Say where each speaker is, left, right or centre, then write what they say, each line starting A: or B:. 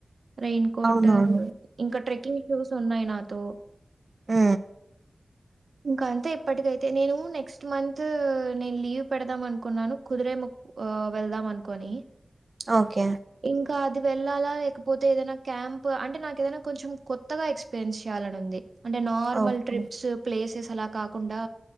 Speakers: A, on the right; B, on the right.
A: రైన్ కోటు
B: అవునవును
A: ఇంకా ట్రెక్కింగ్ షూస్ ఉన్నాయి నాతో
B: హు
A: ఇంకా అంతే ఇప్పటికైతే నేను నెక్స్ట్ మంతు నేను లీవ్ పెడదాం అనుకున్నాను కుదిరే ము ఓ వెళ్దాం అనుకోని
B: ఓకే
A: ఇంకా అది వెళ్ళాలా లేకపోతే ఏదైనా క్యాంప్ అంటే నాకు ఏదైనా కొంచెం కొత్తగా ఎక్స్పీరియన్స్ చేయాలని ఉంది అంటే నార్మల్
B: ఓకే
A: ట్రిప్స్ ప్లేసెస్ అలా కాకుండా